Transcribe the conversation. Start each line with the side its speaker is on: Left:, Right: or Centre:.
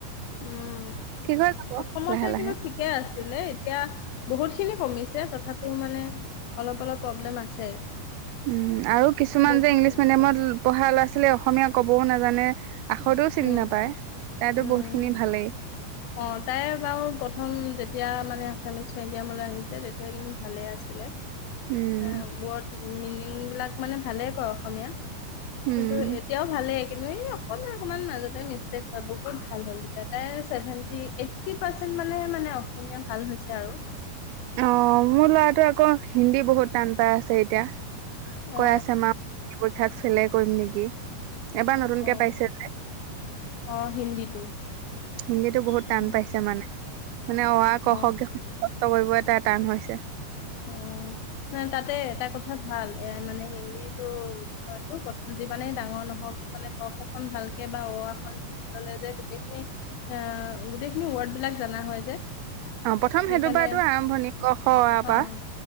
Left: উম,
Right: ঠিক হৈ যাব
Left: প্ৰথমতে
Right: লাহে লাহে
Left: কিন্তু ঠিকে আছে। তেনে এতিয়া বহুত খিনি কমিছে তথাপিও মানে অলপ, অলপ প্ৰব্লেম আছে।
Right: উম, আৰু কিছুমান
Left: বহুত
Right: যে ইংলিছ
Left: কমিছে
Right: মিডিয়ামত পঢ়া ল'ৰা-ছোৱালীয়ে অসমীয়া কবও নাজানে। আখতেও চিনি
Left: উম
Right: নাপায়। তাইাতো
Left: উম
Right: বহুতখিনি ভালেই।
Left: অ', তাই বাৰু প্ৰথম যেতিয়া মানে আছামিছ মিডিয়ামলৈ আহিছে, তেতিয়া কিন্তু ভালে আছিলে।
Right: উম
Left: <unintelligible> বিলাক মানে ভালে কয় অসমীয়া। কিন্তু
Right: উম
Left: এতিয়াও ভালে কিন্তু এই অকনমান, অকমান মাজতে মিছ <unintelligible> ভাল হ'ল এতিয়া তাইেভেন। এইট্টি পাৰ্চেন্ট মানে, মানে অসমীয়া ভাল হৈছে আৰু।
Right: অ', মোৰ ল'ৰাটো আকৌ? হিন্দী বহুত টান পাই আছে এতিয়া।
Left: অ
Right: কৈ আছে মা? তাত ফেলোই কৰিম নেকি? এবাৰ নতুনকে
Left: অ
Right: পাইছে যে।
Left: অ হিন্দীটো।
Right: হিন্দীটো বহুত
Left: উম,
Right: টান পাইছে মানে। মানে অ, আ, ক, খ,
Left: অ
Right: গ কষ্ট কৰিব এটা টান হৈছে।
Left: অ, ন তাতে এটা কথা ভাল এ মানে হিন্দীটো বিষয়টো প্ৰথম যিমানেই ডাঙৰ নহওক মানে ক, খ, খন ভালকে বা অ খন ললে যে গোটেইখিনি আহ, গোটেইখিনি ৱৰ্ড বিলাক জনা হয় যে।
Right: অ, প্ৰথম
Left: সেইকাৰণে
Right: সেইটো পৰাটো আৰম্ভণি ক, খ, অ, আ। পৰা
Left: অ'